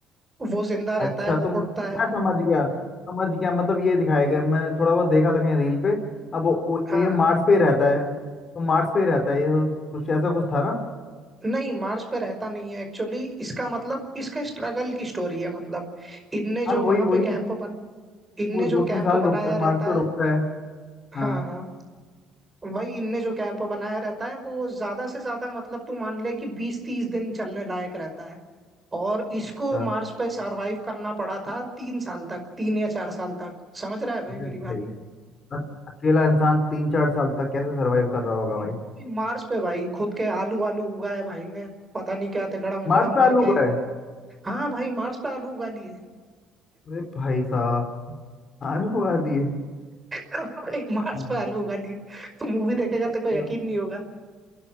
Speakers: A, on the right (about 20°); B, on the left (about 40°).
A: वो जिंदा रहता
B: अच्छा
A: है वो
B: तुम
A: उठता है
B: मैं समझ गया समझ गया मतलब ये दिखाया गया मैं थोड़ा बहुत देखा था कहीं रील पे अब वो- वो-
A: हाँ
B: ये मार्स
A: हाँ
B: पे ही रहता है तो मार्स पे ही रहता है ये तो कुछ ऐसा कुछ था ना
A: नहीं मार्स पे रहता नहीं है एक्चुअली इसका मतलब इसका स्ट्रगल की स्टोरी है मतलब इनने जो
B: यार
A: वहां
B: वही वही
A: पे कैंप बन इनने
B: वो दो
A: जो
B: तीन
A: कैंप
B: साल रुकता
A: बनाया
B: मार्स
A: रहता
B: पे रुकता
A: है
B: है
A: हाँ
B: हाँ
A: हाँ वही इनने जो कैंप बनाया रहता है वो ज्यादा से ज्यादा मतलब तू मान ले कि बीस तीस दिन चलने लायक रहता है और इसको
B: अच्छा
A: मार्स पे सरवाइव करना पड़ा था तीन साल तक तीन या चार साल तक समझ रहा है भाई
B: अरे
A: मेरी
B: भाई
A: बात
B: अक- अकेला इंसान तीन चार साल तक कैसे सरवाइव कर रहा होगा
A: वो
B: भाई
A: भी मार्स पे भाई खुद के आलू आलू उगाए भाई ने पता नहीं क्या तिकड़म इकड़म
B: मार्स पे
A: करके
B: आलू हुआ है
A: हाँ भाई मार्स पे आलू उगा लिए
B: अरे भाई साहब आलू आ दिए
A: <laughs> भाई मार्स
B: हम्म,
A: पे आलू उगा लिए तो मूवी देखेगा तो कोई
B: चल,
A: यकीन नहीं होगा